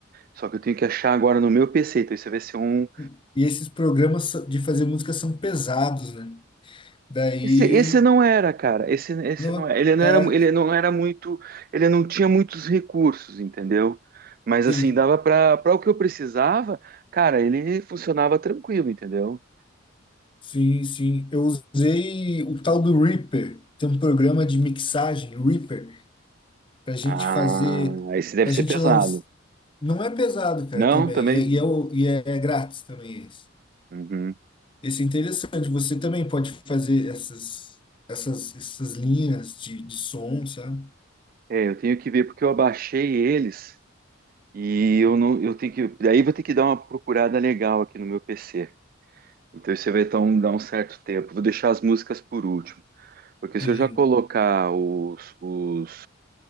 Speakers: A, on the right; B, on the left.
A: Só que eu tenho que achar agora no meu PC. Então isso vai ser um,
B: E e esses programas de fazer música são pesados, né? Daí,
A: Esse, esse não era, cara. Esse, esse
B: não,
A: não era. Ele não
B: é,
A: era, ele não era muito, ele não tinha muitos recursos, entendeu? Mas assim,
B: sim.
A: dava para para o que eu precisava, cara, ele funcionava tranquilo, entendeu?
B: Sim, sim. Eu usei o tal do Reaper. Tem um programa de mixagem, Reaper, para gente
A: Ah,
B: fazer,
A: esse deve
B: para
A: ser
B: gente
A: pesado.
B: lançar. Não é pesado, cara,
A: Não,
B: também.
A: também?
B: E é, e é, o- e é, é grátis também esse.
A: Uhum.
B: Esse é interessante. Você também pode fazer essas, essas, essas linhas de, de som, sabe?
A: É, eu tenho que ver porque eu abaixei eles e eu não, eu tenho que, daí vou ter que dar uma procurada legal aqui no meu PC. Então isso vai dar um, dar um certo tempo. Vou deixar as músicas por último. Porque
B: Sim,
A: se eu já colocar os, os,